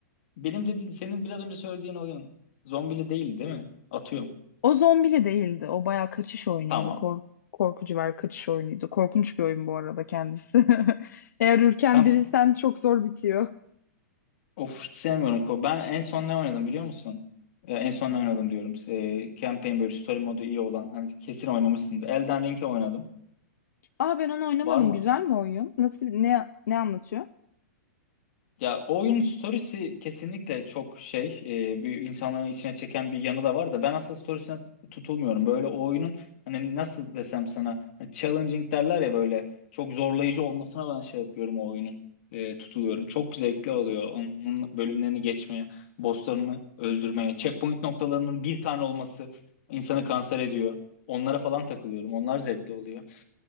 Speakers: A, on the left; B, on the left.
A: benim dediğim senin biraz önce söylediğin oyun zombili değil değil mi? Atıyorum.
B: O zombili değildi. O bayağı kaçış oyunuydu.
A: Tamam.
B: Kork korkucu var kaçış oyunuydu. Korkunç bir oyun bu arada kendisi. <laughs> Eğer ürken
A: Sen
B: biriysen çok zor bitiyor.
A: of hiç sevmiyorum. ko- Ben en son ne oynadım biliyor musun? Ya en son ne oynadım diyorum. E, campaign böyle story modu iyi olan. Hani kesin oynamışsındır. Elden Ring'i oynadım.
B: Aa ben onu oynamadım.
A: Var mı
B: Güzel mi oyun? Nasıl ne ne anlatıyor?
A: Ya o oyunun storiesi kesinlikle çok şey e, bir insanların içine çeken bir yanı da var da ben asıl storiesine tutulmuyorum. Böyle o oyunun hani nasıl desem sana hani challenging derler ya böyle çok zorlayıcı olmasına ben şey yapıyorum o oyunun e, tutuluyorum. Çok zevkli oluyor onun bölümlerini geçmeye, bosslarını öldürmeye, checkpoint noktalarının bir tane olması insanı kanser ediyor. Onlara falan takılıyorum. Onlar zevkli oluyor.